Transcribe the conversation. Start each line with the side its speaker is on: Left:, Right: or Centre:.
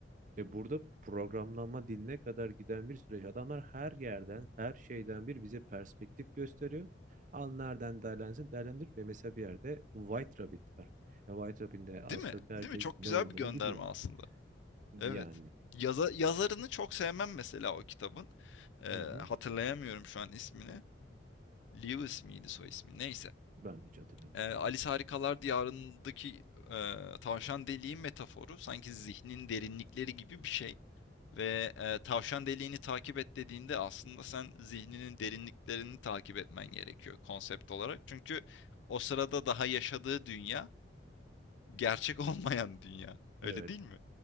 Right: Ve burada programlanma diline kadar giden bir süreç. Adamlar her yerden, her şeyden bir bize perspektif gösteriyor. Al nereden değerlensin, değerlendir. Ve mesela bir yerde White Rabbit var. E, White Rabbit'in de
Left: Değil
Right: az
Left: mi?
Right: çok herkes
Left: Değil mi? Çok
Right: ne
Left: güzel
Right: olduğunu
Left: bir gönderme
Right: biliyor.
Left: aslında.
Right: Yani.
Left: Evet. Yaza yazarını çok sevmem mesela o kitabın. Eee,
Right: Hı hı.
Left: hatırlayamıyorum şu an ismini. Lewis miydi soy ismi? Neyse.
Right: Ben hiç hatırlamıyorum.
Left: Eee Alice Harikalar Diyarı'ndaki eee, tavşan deliği metaforu sanki zihnin derinlikleri gibi bir şey. Ve eee, tavşan deliğini takip et dediğinde aslında sen zihninin derinliklerini takip etmen gerekiyor konsept olarak. Çünkü o sırada daha yaşadığı dünya gerçek <laughs> olmayan dünya. Öyle
Right: Evet.
Left: değil mi?